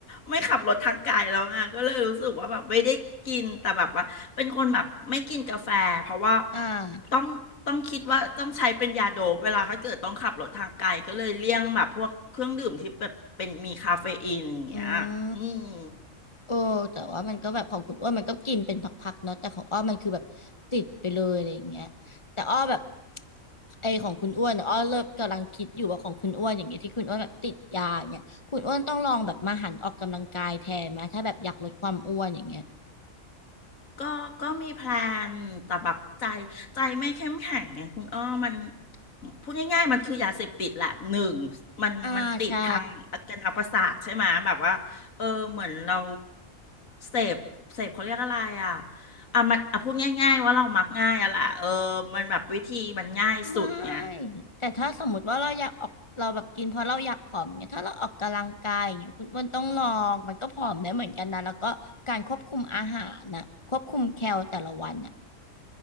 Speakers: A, on the left (about 85°); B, on the left (about 25°).
A: ไม่ขับรถทางไกลแล้วไงก็เลยรู้สึกว่าแบบไม่ได้กินแต่แบบว่าเป็นคนแบบไม่กินกาแฟเพราะว่า
B: อ่า
A: ต้องต้องคิดว่าต้องใช้เป็นยาโดปเวลาถ้าเกิดต้องขับรถทางไกลก็เลยเลี่ยงแบบพวกเครื่องดื่มที่แบบเป็นมีคาเฟอีนอย่างเงี้ยอืม
B: อืมโอ้แต่ว่ามันก็แบบของคุณอ้วนมันก็กินเป็นพักๆเนาะแต่ของอ้อมันคือแบบติดไปเลยอะไรอย่างเงี้ยแต่อ้อแบบไอของคุณอ้วนอะอ้อเริ่มกำลังคิดอยู่ว่าของคุณอ้วนอย่างเงี้ยที่คุณอ้วนแบบติดยาอย่างเงี้ยคุณอ้วนต้องลองแบบมาหันออกกำลังกายแทนไหมถ้าแบบอยากลดความอ้วนอย่างเงี้ย
A: ก็ก็มีแพลนแต่แบบใจ ใจไม่เข้มแข็งไงคุณอ้อมัน พูดง่ายๆมันคือยาเสพติดแหละ หนึ่ง มัน
B: อ่าใช่
A: มันติดทางอาการทางประสาทใช่ไหม แบบว่า เออ เหมือนเราเสพเสพเขาเรียกอะไรอ่ะอ่ะมันอ่ะพูดง่ายๆว่าเรามักง่ายอ่ะแหละเออมันแบบวิธีมันง่ายสุดไง
B: ไม่แต่ถ้าสมมติว่าเราอยากออกเราแบบกินเพราะเราอยากผอมอย่างเงี้ยถ้าเราออกกำลังกายอย่างเงี้ยคุณอ้วนต้องลองมันก็ผอมได้เหมือนกันนะแล้วก็การควบคุมอาหารนะควบคุมแคลแต่ละวันน่ะ